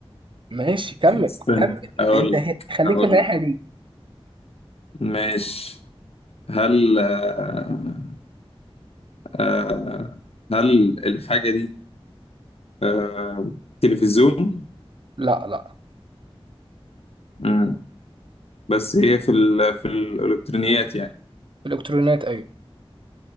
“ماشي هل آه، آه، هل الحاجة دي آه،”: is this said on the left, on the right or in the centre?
Left